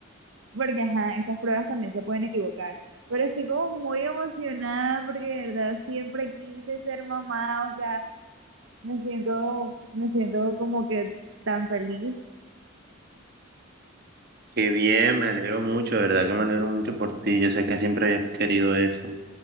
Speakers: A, on the right (about 65°); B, on the right (about 50°).
A: porque ajá, esas pruebas también se pueden equivocar. Pero estoy como muy emocionada porque de verdad siempre quise ser mamá, o sea, me siento, me siento como que tan feliz.
B: Qué bien, me alegro mucho, de verdad que me alegro mucho por ti. Yo sé que siempre habías querido eso.